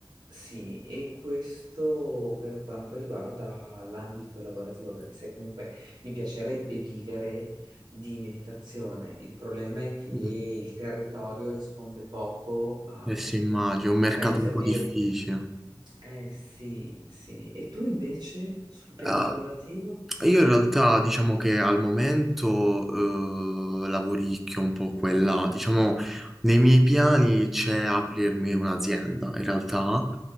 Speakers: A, on the right; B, in the centre.
A: sì, e questo per quanto riguarda l'ambito lavorativo, perché se comunque mi piacerebbe vivere di meditazione, il problema è che il
B: Mm,
A: territorio risponde poco a
B: Eh sì, immagino, un mercato
A: a iniziative.
B: un po' difficile.
A: Eh sì, sì. E tu invece sul piano
B: Ah,
A: lavorativo?
B: Io in realtà diciamo che al momento eh, lavoricchio un po' quella, diciamo nei miei piani c'è aprirmi un'azienda, in realtà